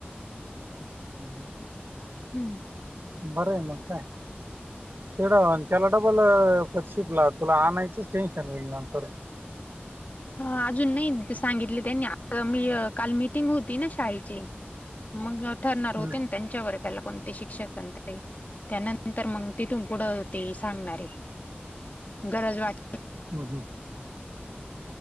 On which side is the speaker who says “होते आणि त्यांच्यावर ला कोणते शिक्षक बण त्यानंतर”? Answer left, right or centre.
Left